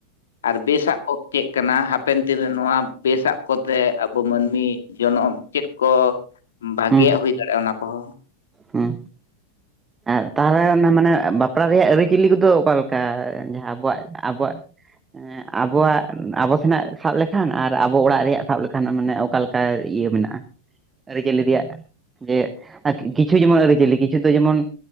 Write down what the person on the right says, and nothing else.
ᱦᱩᱸ
ᱦᱩᱸ ᱟᱨ ᱛᱟᱦᱞᱮ ᱦᱮᱸ ᱢᱟᱱᱮ ᱵᱟᱯᱞᱟ ᱨᱮᱭᱟᱜ ᱟᱹᱨᱤᱪᱟᱹᱞᱤ ᱠᱚᱫᱚ ᱚᱠᱟᱞᱮᱠᱟ ᱡᱟᱦᱟᱸ ᱟᱵᱚᱣᱟᱜ ᱟᱵᱚᱣᱟᱜ ᱦᱮᱸ ᱟᱵᱚᱣᱟᱜ ᱟᱵᱚ ᱥᱮᱱᱟᱜ ᱥᱟᱵ ᱞᱮᱠᱷᱟᱱ ᱟᱨ ᱟᱵᱚ ᱚᱲᱟᱜ ᱨᱮᱭᱟᱜ ᱥᱟᱵ ᱞᱮᱠᱷᱟᱱ ᱢᱟᱱᱮ ᱚᱠᱟᱞᱮᱠᱟ ᱤᱭᱟᱹ ᱢᱮᱱᱟᱜᱼᱟ <inaudible> ᱟᱹᱨᱤᱪᱟᱹᱞᱤ ᱨᱮᱭᱟᱜ ᱡᱮ ᱠᱤᱪᱷᱩ ᱡᱮᱢᱚᱱ ᱟᱹᱨᱤᱪᱟᱹᱞᱤ ᱠᱤᱪᱷᱩ ᱫᱚ ᱡᱮᱢᱚᱱ